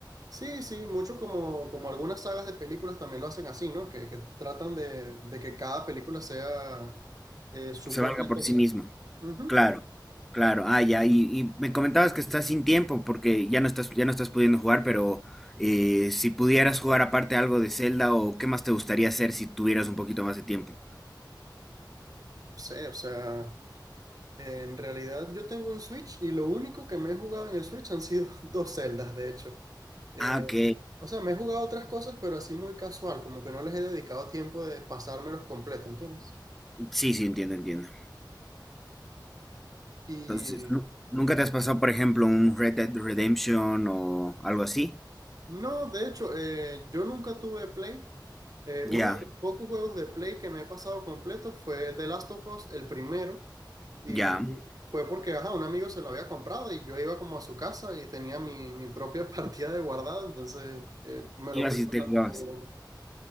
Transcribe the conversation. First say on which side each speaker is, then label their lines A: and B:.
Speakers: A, on the right (about 50°); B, in the centre.
A: Sí, sí, mucho como, como algunas sagas de películas también lo hacen así, ¿no? Que, que tratan de, de que cada película sea eh, su
B: Se
A: propia
B: valga por
A: cosa.
B: sí mismo.
A: Ujú.
B: Claro, claro. Ah, ya. Y, y me comentabas que estás sin tiempo porque ya no estás, ya no estás pudiendo jugar, pero eh, si pudieras jugar aparte algo de Zelda o qué más te gustaría hacer si tuvieras un poquito más de tiempo.
A: Sí, o sea, en realidad yo tengo un Switch y lo único que me he jugado en el Switch han sido <laughs> dos celdas, de hecho. Eh,
B: Ah, ok.
A: o sea, me he jugado otras cosas, pero así muy casual, como que no les he dedicado tiempo de pasármelos completo, ¿entiendes?
B: Sí, sí, entiendo, entiendo.
A: Y
B: Entonces, ¿nu- ¿nunca te has pasado, por ejemplo, un Red Dead Redemption o algo así?
A: no, de hecho, eh, yo nunca tuve Play. Eh,
B: Ya,
A: uno de los pocos juegos de Play que me he pasado completo fue el de Last of Us, el primero, y
B: ya.
A: fue porque, ajá, un amigo se lo había comprado y yo iba como a su casa y tenía mi, mi propia <laughs> partida de guardado, entonces eh, me
B: Ibas
A: lo fui
B: y
A: pasando
B: te jugabas.
A: poco a poco.